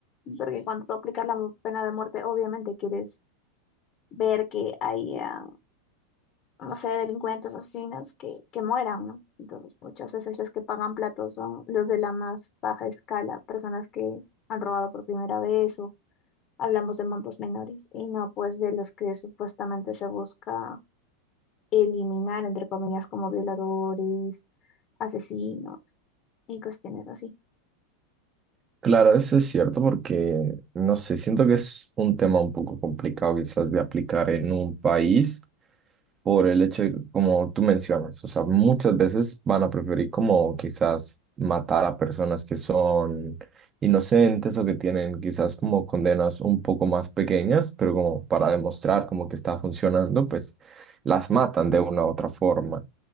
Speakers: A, on the left; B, on the right.
A: Porque cuando tú aplicas la mu- pena de muerte, obviamente quieres ver que haya, no sé, delincuentes, asesinos que, que mueran, ¿no? Entonces, muchas veces los que pagan platos son los de la más baja escala, personas que han robado por primera vez o hablamos de montos menores y no pues de los que supuestamente se busca eliminar, entre comillas, como violadores, asesinos. y cuestiones así.
B: Claro, eso es cierto porque, no sé, siento que es un tema un poco complicado quizás de aplicar en un país. por el hecho de, como tú mencionas, o sea, muchas veces van a preferir como quizás matar a personas que son inocentes o que tienen quizás como condenas un poco más pequeñas, pero como para demostrar como que está funcionando, pues las matan de una u otra forma.